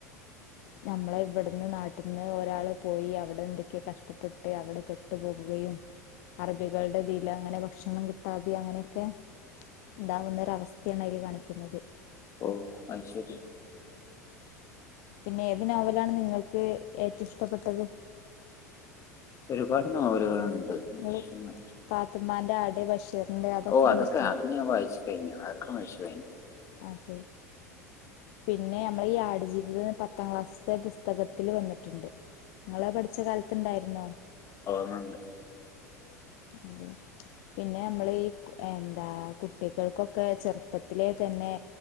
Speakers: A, on the left; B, on the left.
A: ഞമ്മളെ ഇവിട്ന്ന് നാട്ട്ന്ന് ഒരാള് പോയി അവടെ എന്തൊക്കെ കഷ്ടപ്പെട്ട് അവടെ പെട്ടു പോകുകയും അറബികളുടെതില് അങ്ങനെ ഭക്ഷണം കിട്ടാതിം അങ്ങനൊക്കെ ഇതാവുന്നൊരവസ്ഥയാണ് അയ്ല് കാണിക്കുന്നത്
B: ഓ അത് ശെരി
A: പിന്നെ ഏത് നോവലാണ് നിങ്ങൾക്ക് ഏറ്റവും ഇഷ്ടപ്പെട്ടത്
B: ഒരുപാട് നോവലുകളുണ്ട് വായിക്കുന്ന
A: ങ്ങള് പാത്ത്മ്മാന്റെ ആട് ബഷീറിന്റെ അതൊക്കെ
B: ഓ
A: ങ്ങക്ക് ഇഷ്ടാണോ
B: അത് ഞാൻ വായിച്ചു കഴിഞ്ഞു അതൊക്കെ <unintelligible>
A: അതെ പിന്നെ നമ്മള ഈ ആടുജീവിത പത്താം ക്ലാസ്ത്തെ പുസ്തക ത്തിൽ വന്നിട്ടുണ്ട് നിങ്ങളെ പഠിച്ച കാലത്ത്ണ്ടായിരുന്നോ
B: ഓന്നണ്ട്
A: അതെ പിന്നെ നമ്മൾ ഈ എന്താ കുട്ടികൾക്കൊക്കെ ചെറുപ്പത്തിലെ തന്നെ